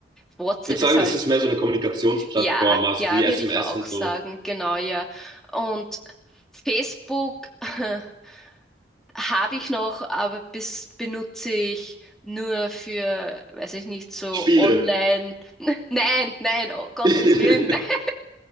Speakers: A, in the centre; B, on the right (about 25°).
A: WhatsApp
B: Ich würde sagen,
A: ist halt,
B: das ist mehr so eine Kommunikationsplattform,
A: ja,
B: also
A: ja,
B: wie SMS
A: würde ich auch
B: und
A: sagen,
B: so.
A: genau, ja. Und Facebook <laughs> habe ich noch, aber bis, benutze ich nur für, weiß ich nicht, so
B: Spiele.
A: online. <laughs> Nein, nein, oh Gottes
B: <laughs> Candy
A: Willen, <laughs>